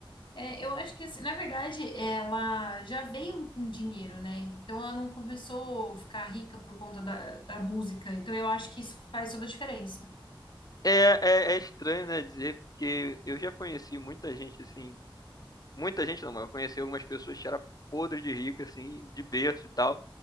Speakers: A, on the left (about 60°); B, on the left (about 45°).
A: É, eu acho que assim, na verdade, ela já veio com dinheiro, né? Então ela não começou a ficar rica por conta da, da música. Então eu acho que isso faz toda a diferença.
B: É, é, é estranho, né, dizer, porque eu já conheci muita gente, assim. Muita gente não, mas eu conheci algumas pessoas que era podre de rica, assim, de berço e tal.